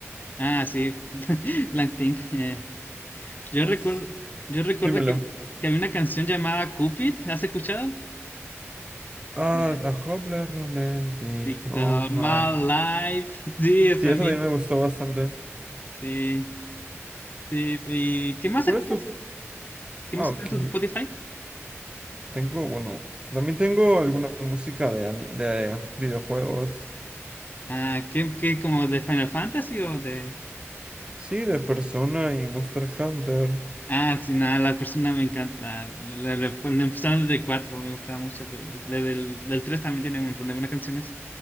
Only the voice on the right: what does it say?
pues,
dímelo.
Ah,
A Hopla Romantic.
Oh my.
Sí,
eso también me gustó bastante.
¿Y cuál
es tu?
Ah,
ok.
Tengo, bueno, también tengo alguna música de, ani- de videojuegos.
Sí, de Persona y Monster Hunter.